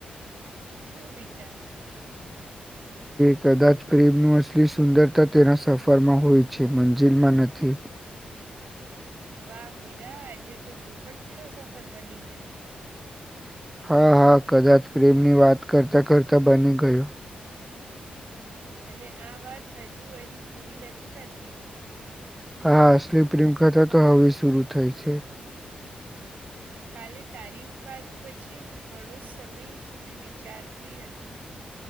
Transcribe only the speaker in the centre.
કે કદાચ પ્રેમનું અસલી સુંદરતા તેના સફરમાં હોય છે મંજિલમાં નથી.
હા હા
કદાચ પ્રેમની વાત કરતા કરતા બની ગયો.
હા અસલી પ્રેમ કથા તો હવે શરુ થાય છે.